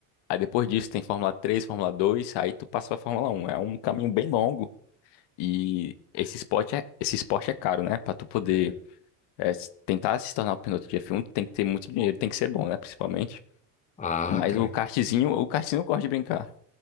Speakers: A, on the left (about 65°); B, on the left (about 15°).
A: Aí depois disso tem Fórmula três Fórmula dois aí tu passa pra Fórmula Um É um caminho bem longo e esse esporte é, esse esporte é caro, né? Pra tu poder
B: É.
A: é, s- tentar se tornar o piloto de F1, tu tem que ter muito dinheiro, tem que ser bom, né? Principalmente.
B: Ah,
A: Mas
B: cara,
A: o kartzinho, o kartzinho eu gosto de brincar.